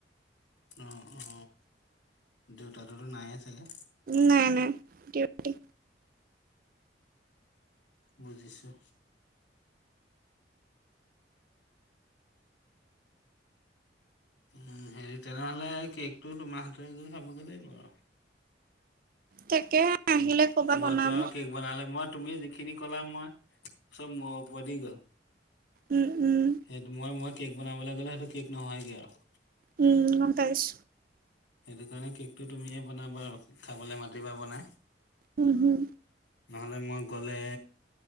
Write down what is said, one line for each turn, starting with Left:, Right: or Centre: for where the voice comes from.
Left: অ অ দেউতাটো নাইয়ে চাগে?
Right: নাই নাই। ডিউটি
Left: বুজিছোঁ। উম হেৰি তেনেহ'লে কেকটো তোমাৰ হাতৰে গৈ খাবগে লাগিব আৰু।
Right: তাকে আহিলে
Left: মইতো
Right: ক'বা বনাম।
Left: আৰু কেক বনালে মই তুমি যিখিনি কলা মই চব মূৰৰ ওপৰেদি গ'ল।
Right: উম উম।
Left: সেইটো মই মই কেক বনাবলে গ'লে সেইটো কেক নহয়গে আৰু।
Right: উম গম পাইছোঁ।
Left: সেইটো কাৰণে কেকটো তুমিয়ে বনাবা আৰু খাবলে মাতিবা বনাই।
Right: উম, হুম,
Left: নহ'লে মই গ'লে